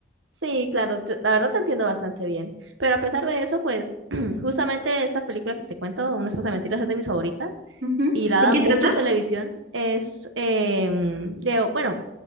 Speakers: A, on the right (about 85°); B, on the right (about 50°).
A: Sí, claro, yo- la verdad te entiendo bastante bien. Pero a pesar de eso, pues <clears throat> justamente esta película que te cuento, Una esposa de mentiras, es de mis favoritas
B: Ujú.
A: y la
B: ¿De
A: dan
B: qué
A: mucho
B: trata?
A: en televisión. Es, em, de- bueno,